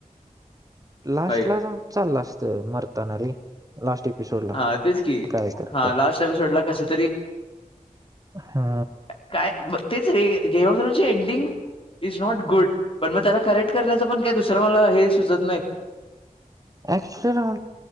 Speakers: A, on the right (about 25°); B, on the left (about 40°).
A: लास्ट
B: बाई
A: ला चालला असत मरतानाे लास्ट एपिसोडला
B: हा तेच कि
A: काय तर
B: हा लास्ट एपिसोड ला कस तरी
A: हा
B: काय तेच रे गेमऑसची एंडिंग इस नॉट गुड पण मग त्याला करेक्ट करण्याचं पण काय दुसरं मला हे सुजत
A: अक्चुली राह